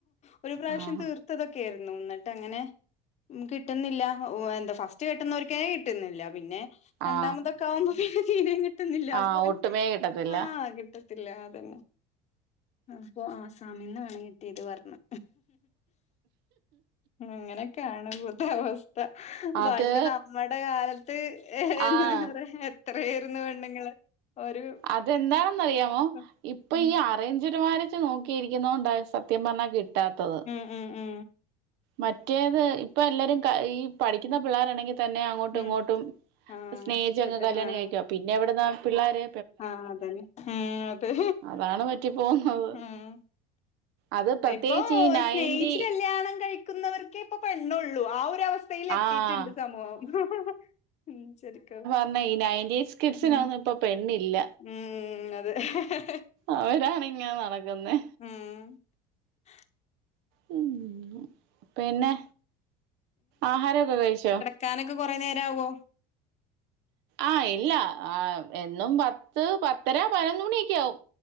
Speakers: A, on the left; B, on the right.
A: ഒര് പ്രാവശ്യം
B: ആ
A: തീർ ത്തതൊക്കെര്ന്നു ഇന്നട്ടങ്ങനെ, ഹ്മ്മ് കിട്ടുന്നില്ല എന്താ ഫസ് റ്റ് കെട്ടുന്നോർക്കേ കിട്ടുന്നില്ല പിന്നെ രണ്ടാമതൊക്കെ
B: ആ
A: ആവുമ്പോ പിന്നെ തീരേ കി ട്ടുന്നില്ല,
B: ആഹ്
A: അപ്പോൻ
B: ഒട്ടുമേ കിട്ടത്തില്ല
A: ആഹ് കി ട്ടത്തില്ല അതന്നെ, ആഹ് അപ്പൊ ആസാമിന്നാണ് കെട്ടിയത് പറഞ്ഞ് അങ്ങനൊക്കാണ് ഇവട്ത്തെ അവസ്ഥ
B: അത്
A: വൻ ഇന്നട്ട് നമ്മടെ കാലത്ത് എത്തറെ
B: ആഹ്
A: എത്രയായിരുന്നു പെണ്ണുങ്ങള് ഒരു
B: അതെന്താണെന്ന് അറിയാമോ
A: ഉം
B: ഇപ്പ
A: ഉം
B: ഈ ആ അറേഞ്ച്ഡ്മാരേജ് നോക്കി ഇരിക്കുന്നോണ്ട സത്യം പറഞ്ഞാ കിട്ടാത്തത്
A: ഹ്മ്മ് ഹ്മ്മ്
B: മറ്റേത് ഇപ്പ എല്ലാരും ക ഈ പഠിക്കുന്ന പിള്ളാരാണെങ്കിൽ തന്നെ അങ്ങോട്ടും
A: ഉം
B: ഇങ്ങോട്ടും
A: ആഹ്
B: സ്നേഹിച്ചങ്ങ്
A: ഇഷ്ടപ്പെട്ട്
B: കല്യാണം
A: ആഹ്
B: കഴിക്കാ, പിന്നെ എവട്ന്ന പിള്ളാര്
A: ആഹ് അതെന്നെ ഏഹ് അതെ
B: അതാണ് പറ്റി പോകുന്നത്
A: ആഹ്
B: അത് പ്രത്യേകിച്ച്
A: ഇപ്പൊ
B: ഈ നയന്റി
A: സ്നേഹിച്ച് കല്യാണം കഴിക്കുന്നവർക്കേ ഇപ്പ പെണ്ണൊള്ളൂ ആ ഒരവസ് സ്ഥയ്ലെത്തിട്ട്ണ്ട്
B: ആഹ്
A: സമൂഹം <inaudible> ശരിക്കും
B: പിന്നെ നയറ്റീൻസ്കിഡ്സിനൊന്നും
A: ഉം
B: ഇപ്പൊ പെണ്ണില്ല
A: ഉം <unintelligible>
B: അവരാണിങ്ങനെ നടക്കുന്നെ
A: ഹ്മ്മ്
B: ഹ്മ്മ്, പിന്നെ ആഹാരൊക്കെ കഴിച്ചോ
A: ക്കാനൊക്കെ കൊറേ നേരവോ
B: ആഹ് ഇല്ല ആഹ് എന്നും പത്ത് പത്തര പതിനൊന്ന് മണിയൊക്കെ ആവും